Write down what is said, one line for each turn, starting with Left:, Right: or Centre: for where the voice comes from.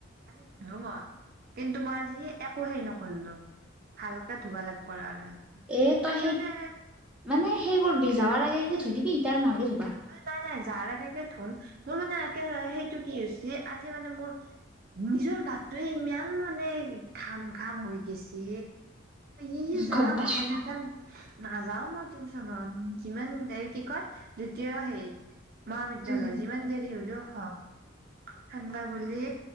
Right: আজি ধুলো মই কিন্তু মই আজি এ একো হেই নকৰলো ভালকে ধুবা লাগব আৰু
Centre: এ তই
Right: আজি
Centre: সেই
Right: মানে
Centre: মানে সেই কৰবি যাবাৰ আগেগে ধুই দিবি ইতা নালাগে ধুইব <unintelligible>
Right: মানে নাই নাই যাৰ একে একে ধুম মোৰ মানে একে সেইটো কি হৈছে আজি মানে মোৰ নিজৰ গাতটোৱে ইমান মানে ঘাম ঘাম হৈ গৈছে ই যাম
Centre: গম পাইছো
Right: মই এনেখন নাযাও মই টিউচনত যিমান এই কি কয়, দ্বিতীয় হেৰিত মহাবিদ্যালয়ত
Centre: উম
Right: যিমান দেৰি হলেও হক সেনকা বুলিলে